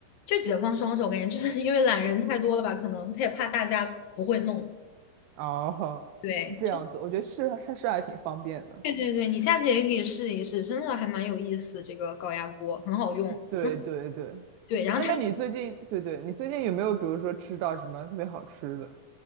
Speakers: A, on the left; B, on the right.
A: 就解放双手，感觉就是因为懒人太多了吧，可能他也怕大家不会弄。
B: 哦，
A: 对，
B: 这样子，
A: 就
B: 我觉得是是是还挺方便的。
A: 对对对，你下次也可以试一试，真的还蛮有意思，这个高压锅很好用，
B: 对对对，
A: 真的。对，然后它
B: 哎，那你最近对对，你最近有没有比如说吃到什么特别好吃的？